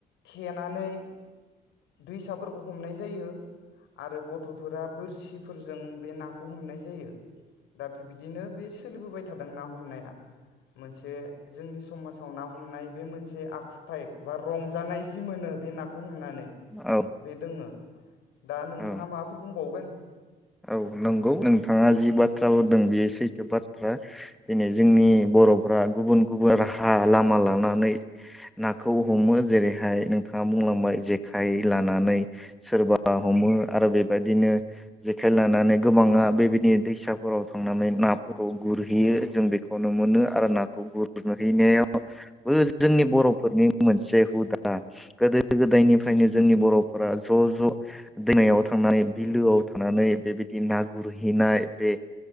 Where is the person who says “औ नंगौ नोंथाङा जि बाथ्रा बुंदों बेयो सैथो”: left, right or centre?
Centre